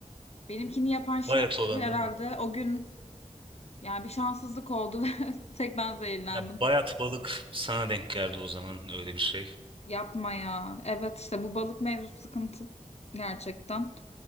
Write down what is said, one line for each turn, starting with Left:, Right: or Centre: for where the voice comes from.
Left: Benimkini yapan şef
Right: Bayat olanı.
Left: herhalde o gün yani bir şanssızlık oldu <laughs> ve tek ben zehirlendim.
Right: Ya bayat balık sana denk geldi o zaman öyle bir şey.
Left: Yapma ya. Evet işte bu balık mevzusu sıkıntı gerçekten.